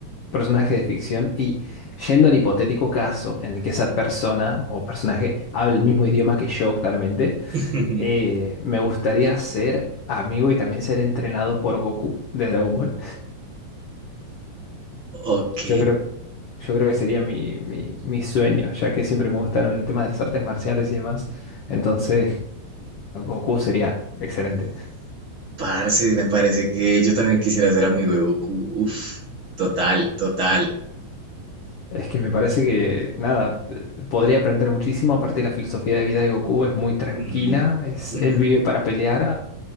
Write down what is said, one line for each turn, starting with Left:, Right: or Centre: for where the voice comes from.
Left: personaje de ficción y yendo al hipotético caso en el que esa persona o personaje hable el mismo idioma que yo, claramente.
Right: <laughs>
Left: Eh, me gustaría ser amigo y también ser entrenado por Goku de Dragon Ball.
Right: Ok.
Left: Yo creo, yo creo que sería mi, mi, mi sueño, ya que siempre me gustaron el tema de las artes marciales y demás. Entonces, Goku sería excelente.
Right: Parce, me parece que yo también quisiera ser amigo de Goku. Uf, total, total.
Left: Es que me parece que, nada, eh, podría aprender muchísimo. Aparte, la filosofía de vida de Goku es muy tranquila.
Right: Mm,
Left: Es,
Right: mm.
Left: él vive para pelear,